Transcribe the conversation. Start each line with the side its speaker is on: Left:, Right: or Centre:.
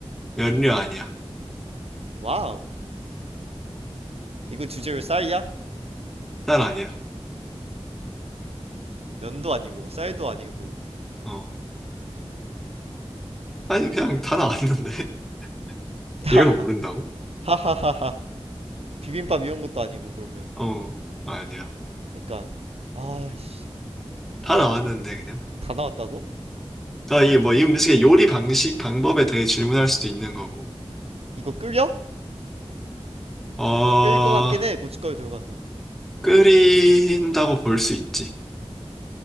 Centre: 면류 아니야.
Right: 와우 이거 주재료 쌀이야?
Centre: 딸 아니야.
Right: 면도 아니고 쌀도 아니고
Centre: 어. 아니 그냥 다 나왔는데. <laughs>
Right: <laughs>
Centre: 이걸 모른다고?
Right: 하하하하. 비빔밥 이런 것도 아니고 그러면.
Centre: 어. 아니야.
Right: 그러니까 아씨
Centre: 다
Right: 뭐가
Centre: 나왔는데
Right: 있지?
Centre: 그냥.
Right: 다 나왔다고?
Centre: 아, 이게 뭐 이 음식의 요리 방식 방법에 대해 질문할 수도 있는 거고.
Right: 이거 끌려?
Centre: 어,
Right: 끌 것 같긴 해. 고춧가루 들어가서.
Centre: 끓인다고 볼 수 있지.